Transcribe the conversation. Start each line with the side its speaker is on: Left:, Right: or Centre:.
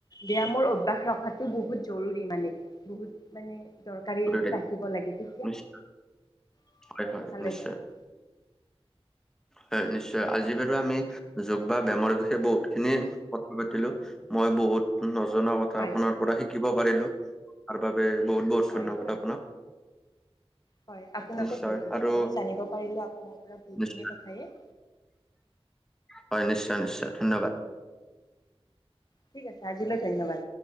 Left: ব্যায়ামৰ অভ্যাস ৰখাটো বহুত জৰুৰী মানে বহুত, মানে দৰকাৰীটো
Centre: জৰুৰী।
Left: ৰাখিব লাগে তেতিয়া
Centre: নিশ্চয়
Left: ভালে
Centre: হয় হয় নিশ্চয়
Left: থাকে!
Centre: হয়, নিশ্চয়! আজি বাৰু আমি যোগ বা ব্যামৰ বিষয়ে বহুতখিনি কথা পাতিলো! মই বহুত, নজনা কথা
Left: হয়
Centre: আপোনাৰ পৰা শিকিব পাৰিলো! তাৰ বাবে বহুত বহুত
Left: হয়
Centre: ধন্যবাদ
Left: হয়
Centre: আপোনাক!
Left: হয়, আপোনাকো
Centre: নিশ্চয়
Left: ধন্যবাদ!
Centre: আৰু
Left: ময়ো জানিব পাৰিলো আপোনাৰ পৰা বহুতখিনিৰ
Centre: নিশ্চয়
Left: কথায়ে,
Centre: হয়! নিশ্চয়, নিশ্চয় ধন্যবাদ!
Left: ঠিক আছে আজিলৈ ধন্যবাদ!